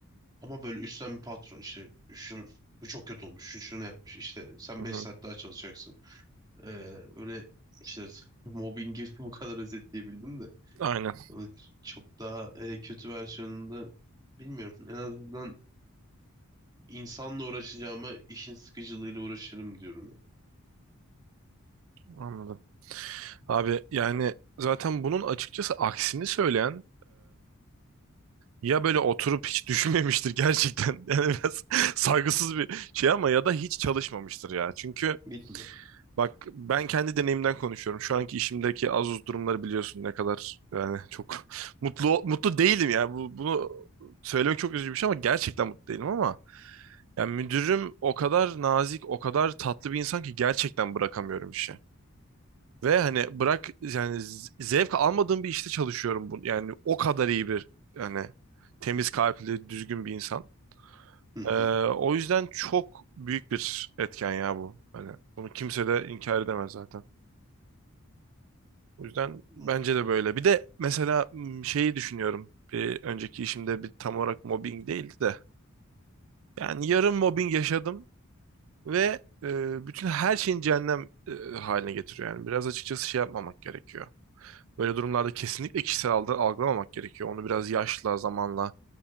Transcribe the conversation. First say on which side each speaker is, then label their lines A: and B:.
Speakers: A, on the right (about 20°); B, on the right (about 65°).
A: Ama böyle üstten bir patron işte şunu bu çok kötü olmuş, şu şunu yapmış işte sen
B: Hı
A: 5
B: hı.
A: saat daha çalışacaksın. Ee, öyle işte mobbingi <laughs> bu kadar özetleyebildim de.
B: Aynen.
A: Onun çok daha e, kötü versiyonunda bilmiyorum. En azından insanla uğraşacağıma işin sıkıcılığıyla uğraşırım diyorum ya.
B: Anladım. Abi yani zaten bunun açıkçası aksini söyleyen Ya böyle oturup hiç düşünmemiştir gerçekten. <laughs> Yani biraz saygısız bir şey ama ya da hiç çalışmamıştır ya. Çünkü
A: Bitme.
B: bak ben kendi deneyimden konuşuyorum. Şu anki işimdeki az uz durumları biliyorsun ne kadar yani çok <laughs> mutlu mutlu değilim ya. Bu, bunu söylemek çok üzücü bir şey ama gerçekten mutlu değilim ama yani müdürüm o kadar nazik, o kadar tatlı bir insan ki gerçekten bırakamıyorum işi. Ve hani bırak yani z- zevk almadığım bir işte çalışıyorum bu. Yani o kadar iyi bir yani temiz kalpli, düzgün bir insan.
A: Hı
B: Ee,
A: hı.
B: o yüzden çok büyük bir etken ya bu. Hani bunu kimse de inkar edemez zaten. O yüzden
A: Hı.
B: bence de böyle. Bir de mesela m, şeyi düşünüyorum. Bir önceki işimde bir tam olarak mobbing değildi de. Yani yarım mobbing yaşadım ve e, bütün her şeyin cehennem e, haline getiriyor. Yani biraz açıkçası şey yapmamak gerekiyor. Böyle durumlarda kesinlikle kişisel algı- algılamamak gerekiyor. Onu biraz yaşla, zamanla,